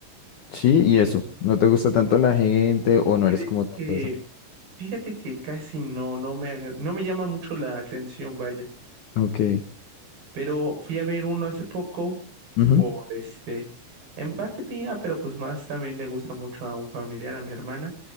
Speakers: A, on the left; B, on the right.
A: Sí, y eso, no te gusta tanto la gente o no
B: ¿Crees
A: eres como tanto
B: que,
A: eso.
B: fíjate que casi no, no me, agra- no me llama mucho la atención, vaya.
A: Ok.
B: Pero fui a ver uno hace poco
A: Ujú,
B: por este, en parte mía, pero pues más también le gusta mucho a un familiar, a mi hermana.